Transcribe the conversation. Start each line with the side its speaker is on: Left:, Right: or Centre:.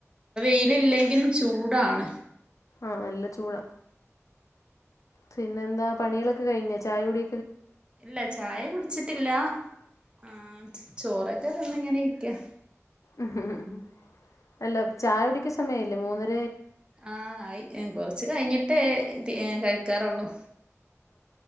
Right: ല്ലെങ്കിലും ചൂടാണ്
Left: ആഹ് നല്ല ചൂടാ പിന്നെ എന്താ പണിയെളൊക്കെ കയ്ഞ്ഞ ചായ കുടി
Right: ഇല്ല ചായ കുടിച്ചിട്ടില്ല ആ ചോറൊക്കെ തിന്ന് ഇങ്ങനെ ഇരിക്ക
Left: ഇഹ് ഹ് അല്ല ചായുടി ക്ക്സമയായില്ലേ മൂന്നര്
Right: ആ ഇ കൊറച്ച് കഴിഞ്ഞിട്ടേ ത് ഏ കഴിക്കാറുള്ളൂ